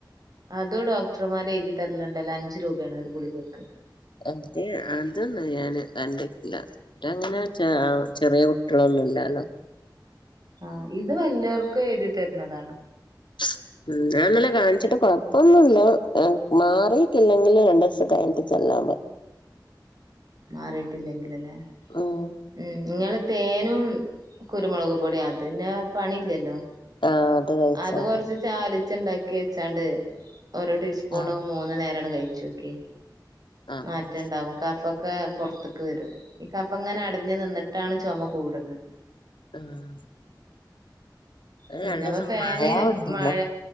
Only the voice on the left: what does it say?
അത് അതൊന്നും ഞാന് കണ്ടിട്ടില്ല. ഞനങ്ങനെആഹ് ചെറിയ കുട്ടികളൊന്നും ലലോ
<inaudible> ഉം ഞാനിന്നല്ലെ കാണിച്ചിട്ട് കൊഴപ്പൊന്നുല്ല, ഏഹ് മാറിട്ടില്ലെങ്കില് രണ്ട് ദിവസം കഴിഞ്ഞിട്ട് ചെല്ലാ <inaudible>
ഉം
ആഹ് കഴിച്ചോക്ക്
ആഹ്
ആഹ്
ആഹ് അത്
രണ്ടൂസം
മഴ കൊണ്ടീനു